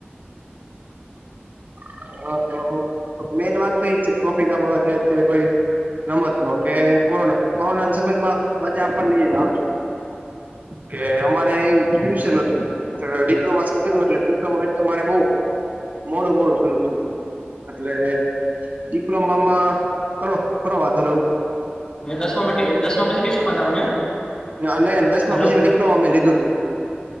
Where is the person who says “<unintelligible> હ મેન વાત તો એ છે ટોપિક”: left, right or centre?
Right